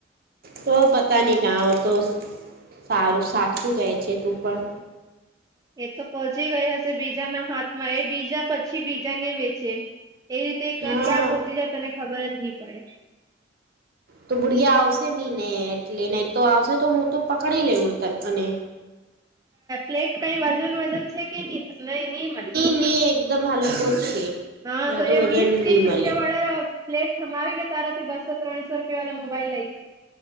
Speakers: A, on the right; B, on the right.
A: તો પતા નહી ગા તો સારું સાચું કહે છે તું પણ
B: એ તો પચી ગયા હશે બીજાના હાથમાં એ બીજા પછી બીજા ને વેચે એ રીતે
A: હા
B: ક્યાં પહોંચી જાય તને ખબર જ નહી પડે.
A: તો ભુળિયા આવશે નહી ને એટલે નહી તો આવશે તો હું તો પકડી લેઉ ત અને
B: પ્લેટ કઈ વજન વજન છે કે નહી નહી નહી મળ
A: અને દમલકો છે
B: હા
A: જાદુ
B: તો એ વીસ
A: વજન
B: ત્રીસ
A: નહી મળે
B: રૂપિયા વાળા પ્લેટ સમાવી ને તારાથી બસો્રણસો રૂપિયા વાળા મોબાઈલ લઈ લઈ